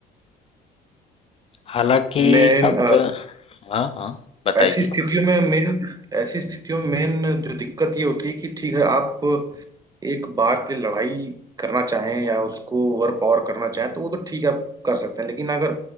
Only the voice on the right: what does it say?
मेन
ऐसी स्थितियों में मेन ऐसी स्थितियों में मेन जो दिक्कत ये होती है कि ठीक है आप एक बार के लिए लड़ाई करना चाहें या उसको ओवर पावर करना चाहें तो वो तो ठीक है आप कर सकते हैं लेकिन अगर